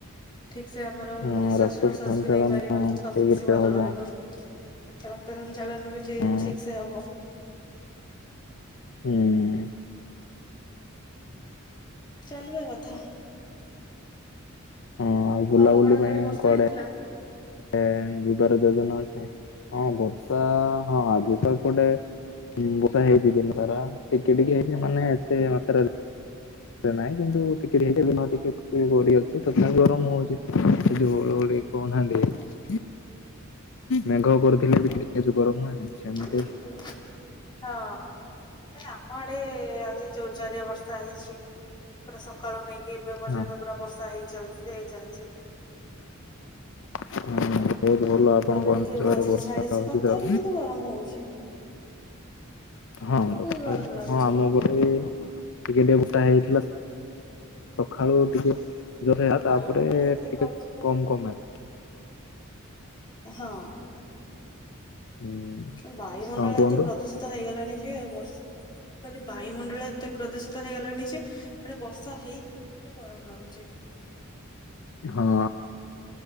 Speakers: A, on the left; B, on the left.
A: ଠିକ୍ ସେ ଆମର
B: ହଁ
A: ନିଃଶ୍ୱାସ
B: ରକ୍ତ
A: ପ୍ରଶ୍ଵାସ
B: ସଞ୍ଚାଳନ
A: ବି ନେଇପାରିବା ସବୁ
B: ଠିକରେ
A: କିଛି ଭଲ
B: ହବ
A: ରହିବ। ରକ୍ତ ସଞ୍ଚାଳନ ବି ଠିି-ଠିକସେ
B: ହୁଁ।
A: ହବ।
B: ହୁଁ।
A: ଚାଲିବା କଥା।
B: ହଁ ଆଉ ବୁଲାବୁଲି
A: ଆପଣଙ୍କ
B: ପାଇଁ
A: ଆଡେ ବର୍ଷା
B: କୁଆଡେ
A: ହେଇଥିଲା?
B: ଏ ଯିବାର ଯୋଜନା ଅଛି ହଁ ବର୍ଷା ହଁ ଆଜି ତ ଏପଟେ ହୁଁ ବର୍ଷା ହେଇଚି ଦିନ ସାରା ଟିକେ ଟିକେ ହେଇଚି ମାନେ ଏତେ ମାତ୍ରାରେ ତେ ନାଇଁ କିନ୍ତୁ ଟିକେ ଟିକେ ହେଉଚି ନହେଲେ ଟିକେ ଉଁ ବଢି ଅଛି ତଥାପି ଗରମ ହଉଚି। ଯୋଉ
A: ହୁଁ
B: ଓଳି କହୁ ନାହାଁନ୍ତି। ମେଘ କରୁଥିଲେ ବି ଟିକେ ଟିକେ ଯୋଉ ଗରମ ହୁଏନି।
A: <unintelligible>
B: ସେମିତି
A: ହଁ ନାଇଁ ଆମ ଆଡେ ଆଜି ଜୋର ଜାରିଆ ବର୍ଷା ହେଇଛି। ପୁରା ସକାଳୁ ନେଇକି ଏବେ ପର୍ଯ୍ୟନ୍ତ
B: ହଁ
A: ପୁରା ବର୍ଷା ହେଇ ଚାଲଚି ଯେ ହେଇ ଚାଲଚି।
B: ହୁଁ ହୁଁ ବହୁତ ଭଲ ଆପଣଙ୍କ
A: ଏବେ ଟିକେ
B: ଅଞ୍ଚଳରେ
A: ମଝିରେ
B: ବର୍ଷା
A: ଛାଡିଛି
B: ହଉଚି ତ।
A: <unintelligible> ଗରମ ହଉଚି।
B: ହଁ <unintelligible>
A: ଗରମ ଲାଗୁଛି
B: ହଁ ଆମୁକୁ ଏ ଟିକେ ଟିକେ ବର୍ଷା ହେଇଥିଲା ସଖାଳୁ ଟିକେ ଜୋରସେ ଆଉ
A: ବାୟୁମଣ୍ଡଳ
B: ତାପରେ
A: ଏତେ
B: ଟିକେ
A: ପ୍ରଦୂଷିତ
B: କମ୍ କମ୍ ହେ
A: ହଁ।
B: ହୁଁ।
A: ଉଁ ବାୟୁମଣ୍ଡଳ
B: ହଁ କୁହନ୍ତୁ
A: ଏତେ ପ୍ରଦୂଷିତ ହେଇଗଲାଣି ଯେ ଆଉ ବର୍ଷ କହିଲି ବାୟୁମଣ୍ଡଳ ଏତେ ପ୍ରଦୂଷିତ ହେଇଗଲାଣି ଯେ ମାନେ ବର୍ଷା ହେଇ ଟେ ଗରମ ଲାଗୁଚି।
B: ହଁ।